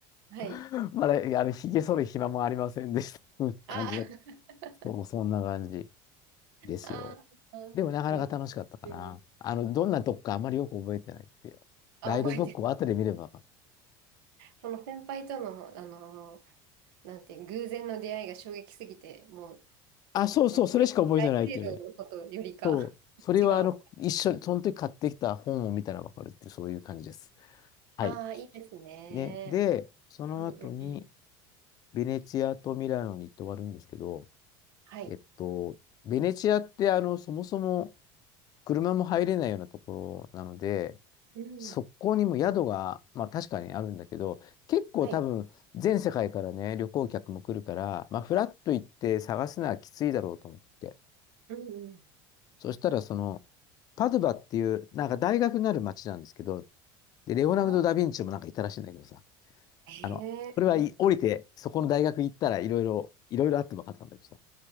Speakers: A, on the right (about 75°); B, on the left (about 35°).
A: はい。
B: <laughs> まだ、あの、ひげ剃る暇もありませんでした。<laughs> うん感じだった。
A: あー
B: そう、そんな感じ
A: <laughs>
B: ですよ。
A: あー、
B: でもなかなか楽しかったかな。
A: うん、うん
B: あの、どんなとこかあんまりよく覚えてないっていう。
A: あ、
B: ガイドブックを後で見ればわかる。
A: 覚えてる。その先輩との、あのなんていう、偶然の出会いが衝撃すぎて、もう、
B: あ、そうそう、
A: その、
B: それしか覚えてないっていうね。
A: 大聖堂のことよりか、
B: そう。それはあの、
A: 違う思いっていう。
B: 一緒に、その時買ってきた本を見たらわかるっていう、そういう感じです。はい。
A: ああ、いいですね。
B: ね。で、その後に、
A: うんうんうん。
B: ベネチアとミラノに行って終わるんですけど、
A: はい。
B: えっと、ベネチアってあの、そもそも車も入れないようなところなので、
A: うん。
B: そこにも宿が、まあ確かにあるんだけど、結構多分全世界からね、
A: はい。
B: 旅行客も来るから、まあフラッと行って探すのはきついだろうと思って。
A: うんうん。
B: そしたらその、パドゥバっていう、なんか大学になる街なんですけど、で、レオナルド・
A: あ、
B: ダ・ヴィンチもなんかいたらしいんだけどさ、
A: へえ、
B: あの、これはい降りて、
A: うん。
B: そこの大学行ったらいろいろ、いろいろあって分かったんだけどさ、